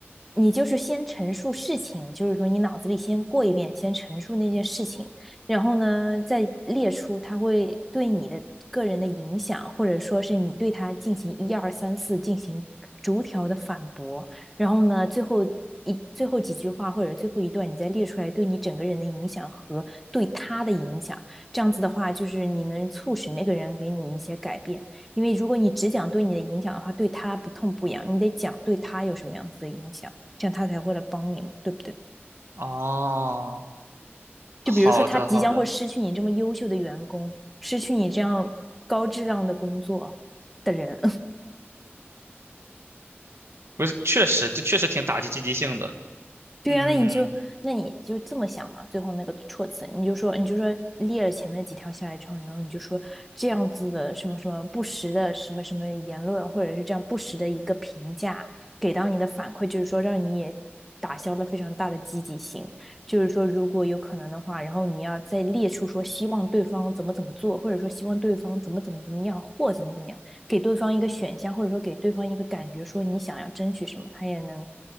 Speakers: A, in the centre; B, on the right.
A: 你就是先陈述事情，就是说你脑子里先过一遍，先陈述那件事情，然后呢，再列出它会对你的个人的影响，或者说是你对他进行一二三四进行逐条的反驳，然后呢，最后一最后几句话或者最后一段，你再列出来对你整个人的影响和对他的影响，这样子的话，就是你能促使那个人给你一些改变。因为如果你只讲对你的影响的话，对他不痛不痒，你得讲对他有什么样子的影响，这样他才会来帮你嘛，对不对？
B: 哦，好的好的，
A: 就比如说他即将会失去你这么优秀的员工，失去你这样高质量的工作的人，
B: 不是，确实这确实挺打击积极性的。
A: 对呀，
B: 嗯，
A: 那你就那你就这么想嘛，最后那个措辞，你就说你就说列了前面几条下来之后，然后你就说这样子的什么什么不实的什么什么言论，或者是这样不实的一个评价，给到你的反馈就是说让你也打消了非常大的积极性，就是说如果有可能的话，然后你要再列出说希望对方怎么怎么做，或者说希望对方怎么怎么怎么样或怎么怎么样。给对方一个选项，或者说给对方一个感觉，说你想要争取什么，他也能